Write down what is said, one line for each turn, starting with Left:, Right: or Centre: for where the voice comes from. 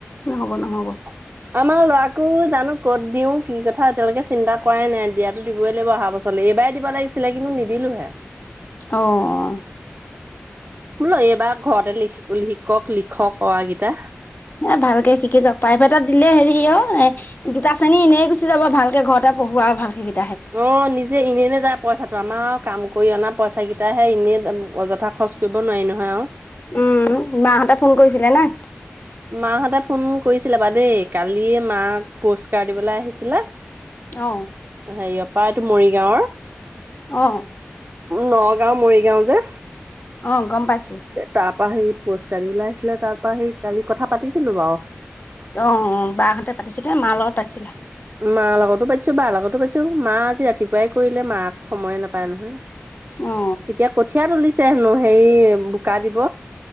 Left: নহ'ব নহ'ব৷
Right: <inaudible> আমাৰ ল'ৰাকো জানো ক'ত দিও, কি কথা এতিয়ালৈকে চিন্তা কৰাই নাই। দিয়াতো দিবই লাগিব অহা বছৰলে। এইবাৰ দিব লাগিছিলে কিন্তু নিদিলোহে৷
Left: অ'।
Right: বোলো এইবাৰ ঘৰতে লিখ। শিকক, লিখক অৱাকেইটা
Left: এ ভালকে শিকি যাওক, প্ৰাইভেটত দিলে হেৰি অ এ দুটা শ্ৰেণী এনে গুচি যাব ভালকে ঘৰতে পঢ়ুৱা ভাল <inaudible>
Right: অ' নিজে এনে এনে যায় পইচাটো আমা আ কাম কৰি অনা পইচাকেইটাহে, এনেই অযথা খৰচ কৰিব নোৱাৰি নহয় আৰু৷
Left: উম মাহঁতে ফোন কৰিছিলে নাই?
Right: মাহঁতে ফোন কৰিছিলে বা দেই৷ কালি মাক পুৰস্কাৰ দিবলৈ আহিছিলে হেৰিয়ৰ
Left: অ
Right: পৰা এইটো মৰিগাঁৱৰ
Left: অ'।
Right: নগাঁও মৰিগাঁও যে
Left: অ'। গম পাইছো
Right: তাৰ পৰা সেই পুৰস্কাৰ দিবসে আহিছিলে তাৰ পা সেই কালি কথা পাতিছিলো বাও।
Left: অ বাহঁতে পাতিছিলে মাৰ লগত পাতিছিলা।
Right: মা লগতো পাইতিছো বাৰ লগতো পাইছো মা আজি ৰাতিপুৱাই, কৰিলে মাক সময়ে নাপায় নহয়
Left: অ
Right: এতিয়া কঠিয় তুলি পছে হেনো হেৰি বোকা দিব।